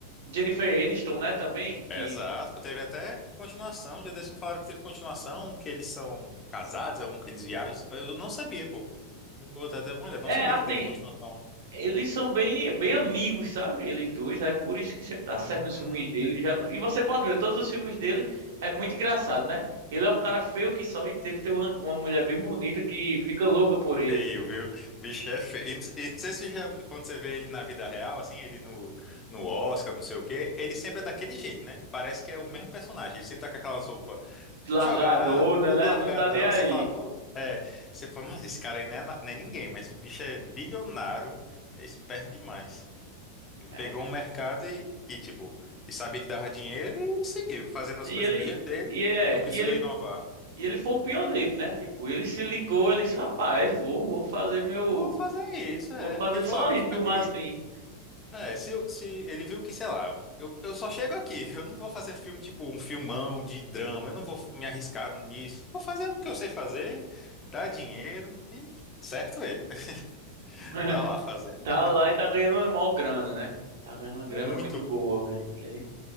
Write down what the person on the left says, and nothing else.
é, Exato, pô, teve até continuação, já desse me falaram que teve continuação, um que eles são casados, é um que eles viajam. Eu não sabia, pô. Eu vou até dar uma olhada, não
sabia
que teve continuação.
Hum,
feio, viu? Bicho é feio. E, não- e não sei se você já, quando você vê ele na vida real, assim, ele no, no Oscar, não sei o quê, ele sempre é daquele jeito, né? Parece que é o mesmo personagem. Ele sempre tá com aquelas roupas
jogado, tudo
largadão.
Você fala, pô, é. Você fala, mas esse cara aí não é, na- não é ninguém, mas o bicho é bilionário, é esperto demais. Ele
pegou um mercado e, e, tipo, que sabia que dava dinheiro e seguiu, fazendo as
coisas
do jeito dele,
não precisou
inovar.
Vou fazer isso, é.
Porque ele falou,
ah, vou
ficar
aqui.
É, se, eu- se ele viu que, sei lá, eu, eu só chego aqui, <laughs> eu não vou fazer filme tipo um filmão de drama, eu não vou me arriscar nisso. Vou fazer o que eu sei fazer, dar dinheiro e certo ele, né?
<laughs> Tá lá fazendo.
Muito,
pô.